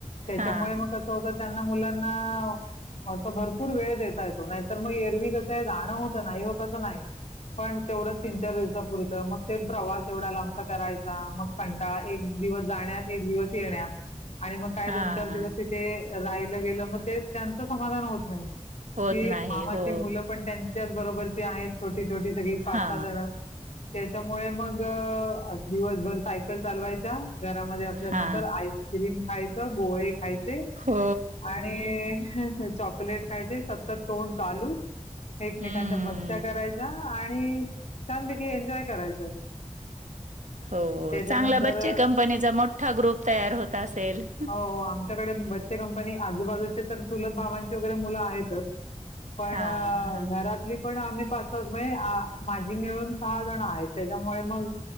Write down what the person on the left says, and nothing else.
त्याच्यामुळे
मग कसं होत त्यांना मुला ना असं भरपूर वेळ देता येतो. नाहीतर मग एरवी कसं हे जाणं होतं नाही होत अस नाही. पण तेवढंच तीन चार दिवसा पुरत मग ते प्रवास एवढ्या लांबचा करायचा, मग कंटाळा एक दिवस जाण्यात एक दिवस येण्यात आणि मग काय
दोन चार दिवस तिथे राहिलं गेलं मग तेच त्यांचं समाधान होत नाही.
कि
मामाची
मुलं पण त्यांच्याच बरो वरचे आहेत छो टी छोटी सगळी पाच
सहा जण त्याच्यामुळे मग अ आज दिवसभर सायकल चालवायचा घरामध्ये असल्यानंतर
आईस्क्रीम खाय त गोळे खाय ते
आणि अ चॉक लेट खायचे सतत तोंड चालू एकमेकांच्या
मस्त्या करायच्या आणि छानपैकी एन्जॉय करायचं.
त्याच्यानंतर
हो हो आमच्याकडे बच्चे कंपनी आजूबाजूचे तर चूलत भावांचे वगैरे मुलं आहेतच. पण
अ
घरातली पण आम्ही पाच सज महे आ माझी मिळून सहा जण आ हेत त्याच्यामुळे मग